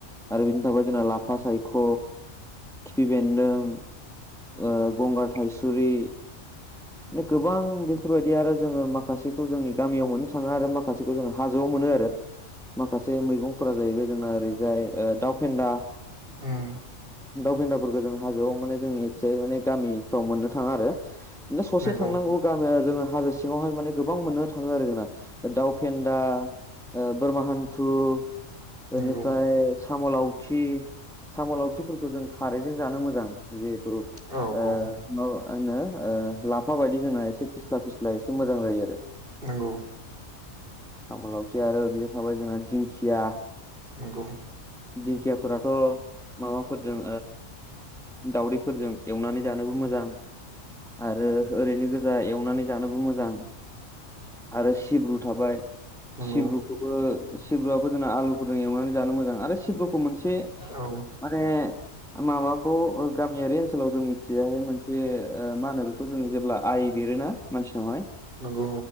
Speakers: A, in the centre; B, on the right.
A: आरो बिनो थाबाय जोंना लाफा सायख' खिफि बेन्दों ओ गंगार थाइसुरि गोबां बेफोरबायदि आरो जोङो माखासेखौ जोंनि गामियाव मोननो थाङो आरो माखासेखौ जो हाजोआव मोनो आरो। माखासे मैगंफोरा जाहैबाय जोंना ओरैजाय दााव फेन्दा
B: उम
A: दाउखिन्दाफोरखौ जों हाजोआव माने जोंनि एसे माने गामिफ्राव मोननो थाङा आरो बिनो ससे
B: नंगौ
A: थांनांगौ गामिया जोंङो हाजोसे सिङावहाय माने गोबां मोननो थाङो आरो जोंना दाउ फेन्दा ओ बोरमा हान्थु
B: नंगौ
A: ओनिफ्राय साम' लावथि साम' लावथिफोरखौ जों खारैजों जानो मोजां। जिथु
B: औ
A: ओ
B: औ
A: मो आङो ओ लाफा बायदि जोंना एसे फिस्ला फिस्ला एसे मोजां जायो आरो
B: नंगौ
A: आामलावथि आरो ओरैनो थाबाय जोंना दिंखिया
B: नंगौ
A: दिंखियाफोराथ' माबाफोरजों दाावदैफोरजों एवनानै जानोबो मोजां आरो ओरैनो गोजा एवनानै जानोबो मोजां आरो सिब्रु थाबाय
B: नंगौ
A: सिब्रुखौबो सिब्रुआबो जोंना आलुफोरजों एवनानै जानो मोजां आरो सिब्रुखौ मोनसे
B: औ
A: माने माबाखौ ओ गामियारि ओनसोलाव जों मिथियाय मोनसे ओ मा होनो बे जों जेब्ला आइ बेरोना मानसिनावहाय
B: नंगौ